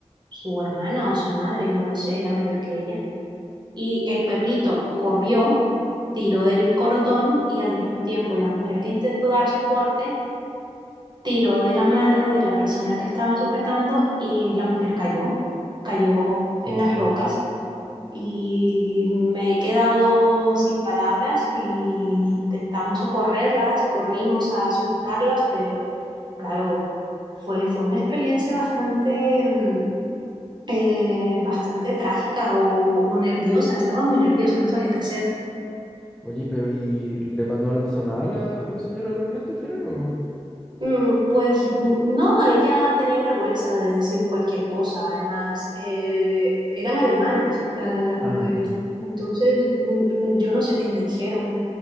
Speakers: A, on the right (about 40°); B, in the centre.
A: su hermana o su madre, no lo sé, era mayor que ella. Y el perrito corrió tiró del cordón y al mismo tiempo la mujer que intentó dar soporte tiró de la mano de la persona que estaba sujetando y la mujer cayó, cayó en
B: Oh.
A: las rocas y me he quedado sin palabras y intentamos socorrerlas, corrimos a sujetarlas, pero claro, fue, fue una experiencia bastante, mm, eh, bastante trágica o, o nerviosa, estaba muy nerviosa, no sabía qué hacer.
B: Oye, pero ¿y le, pa- no le pasó nada a la, a la señora realmente al final? o?
A: Mm, Pues n- no, ella tenía vergüenza de decir cualquier cosa. Además, eh, eran alemanas la- las
B: Ah,
A: mujeres. Entonces, mm, yo no sé qué me dijeron.